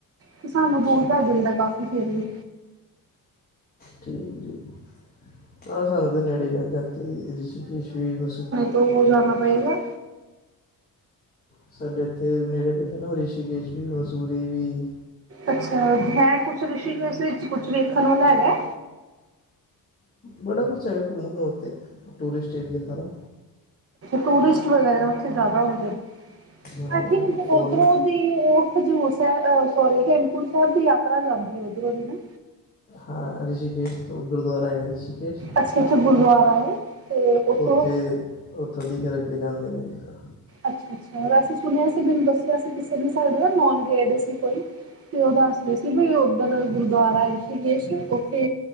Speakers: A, on the right; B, on the left.
A: ਤੇ' ਸਾਨੂੰ
B: ਅੱਛਾ
A: ਦੂਰ ਪੈ ਜਾਂਦਾ ਕਾਫੀ ਫੇਰ ਵੀ
B: ਠੀਕ-ਠੀਕ ਹਾਂ ਸਾਨੂੰ ਤਾਂ ਨੇੜੇ ਪੈਂਦਾ ਇਥੋਂ ਦੀ ਰਿਸ਼ੀਕੇਸ਼ ਵੀ ਮਸ
A: ਦੂਰ ਜਾਣਾ ਪਏਗਾ
B: ਸਾਡੇ ਇੱਥੇ ਨੇੜੇ ਪੈਂਦੇ ਨਾ ਰਿਸ਼ੀਕੇਸ਼ ਵੀ ਮਨਸੂਰੀ ਵੀ
A: ਅੱਛਾ ਹੈ ਕੁਛ ਰਿਸ਼ੀ ਇਸ ਵਿੱਚ ਕੁਛ ਵੇਖਣ ਵਾਲਾ ਹੈਗਾ
B: ਬੜਾ ਕੁਛ ਹੈਗਾ ਘੁੰਮਣ ਨੂੰ ਉੱਥੇ ਟੂਰਿਸਟ ਏਰੀਆ ਸਾਰਾ
A: ਟੂਰਿਸਟ ਵਗੈਰਾ ਉਥੇ ਜਿਆਦਾ ਹੁੰਦੇ ਨੇ
B: ਹਾਂ
A: ਆਈ ਥਿੰਕ
B: ਫੋਰਨ
A: ਉਧਰੋਂ ਉਹ ਹਜ਼ੂਰ ਸਾਹਿਬ ਸੋਰੀ ਹੇਮਕੁੰਟ ਸਾਹਿਬ ਦੀ ਯਾਤਰਾ ਜਾਂਦੀ ਹੈ ਉੱਧਰੋਂ ਦੀ ਨਾ
B: ਹਾਂ ਰਿਸ਼ਕੇਸ਼ ਉਹ ਗੁਰਦੁਆਰਾ ਹੈਗਾ ਰਿਸ਼ੀਕੇਸ਼
A: ਅੱਛਾ ਅੱਛਾ ਗੁਰਦੁਆਰਾ ਹੈ ਤੇ ਉੱਥੋਂ
B: ਉੱਥੇ ਉੱਥੋਂ ਦੀ ਫੇਰ ਅਗੇ ਜਾਂਦੇ ਨੇ ਤਾਂ
A: ਅੱਛਾ-ਅੱਛਾ ਅਸੀਂ ਸੁਣਿਆਸੀਂ ਮੈਨੂੰ ਦੱਸਿਆ ਸੀਂ ਕਿਸੇ ਵੀ ਸਾਡੇ ਨਾ ਨੋਨ ਗਏ ਸੀ ਕੋਈ ਤੇ' ਉਹ ਦੱਸਦੇ ਸੀ ਵੀ ਓਧਰ ਗੁਰਦੁਆਰਾ ਰਿਸ਼ਕੇਸ਼ ਉੱਥੇ